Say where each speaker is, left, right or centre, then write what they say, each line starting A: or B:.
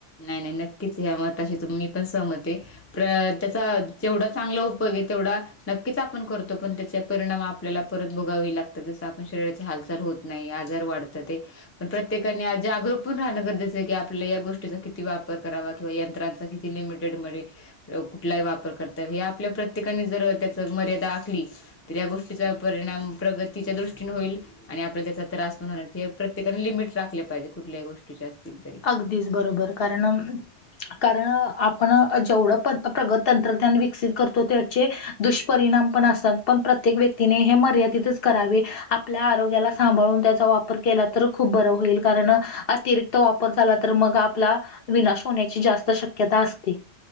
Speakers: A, on the left (about 20°); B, on the left (about 60°).
A: नाही नाही नक्कीच हे मताशी तु मी पण सहमत आहे प्र त्याचा जेवढा चांगला उपेग आहे तेवढा नक्कीच आपण करतो पण त्याचे परिणाम आपल्याला परत भोगावे लागतात जसं आपण शरीराची हालचाल होत नाही आजार वाढत्यातय पण प्रत्येकाने आज जागरूक पण राहणं गरजेचं की आपल या गोष्टीच किती वापर करावा किंवा यंत्रांचा किती लिमिटेडमध्ये कुठलाही वापर करता हे आपल्या प्रत्येकाने जर त्याच मर्यादा आखली तर या गोष्टीचा परिणाम प्रगतीच्या दृष्टीन होईल आणि आपल्याला त्याचा त्रास पण होणार हे प्रत्येकाने लिमिट राखल्या पाहिजे कुठल्याही गोष्टीच्या असतील तरी
B: अगदीच बरोबर कारण कारण आपण जेवढं प्रगत तंत्रज्ञान विकसित करतो त्याचे दुष्परिणाम पण असतात पण प्रत्येक व्यक्तीने हे मर्यादितच करावे आपल्या आरोग्याला सांभाळून त्याचा वापर केला तर खूप बर होईल कारण अतिरिक्त वाप वापर झाला तर मग आपला विनाश होण्याची जास्त शक्यता असते